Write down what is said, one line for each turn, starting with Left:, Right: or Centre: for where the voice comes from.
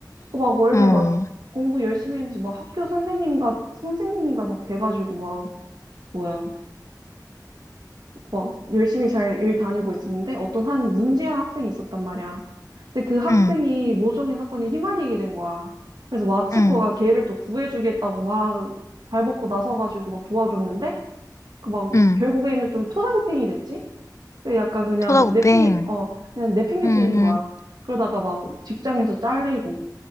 Right: 그 막 원래
Left: 응.
Right: 막 공부 열심히 했는지 막 학교 선생님과, 선생님인가 막 돼가지고 막, 뭐야. 막 열심히 잘 일 다니고 있었는데 어떤 한 문제한 학생이 있었단 말이야. 근데 그 학생이
Left: 응.
Right: 모종의 사건에 휘말리게 된 거야. 그래서 마츠코가
Left: 응.
Right: 걔를 또 구해주겠다고 막 발벗고 나서가지고 막 도와줬는데 그 막
Left: 응.
Right: 결국에는 좀 토사구팽이 됐지? 그 약간 그냥
Left: 토다구팽.
Right: 내팽겨 어 그냥 내팽겨쳐진
Left: 응응.
Right: 거야. 그러다가 막 직장에서 잘리고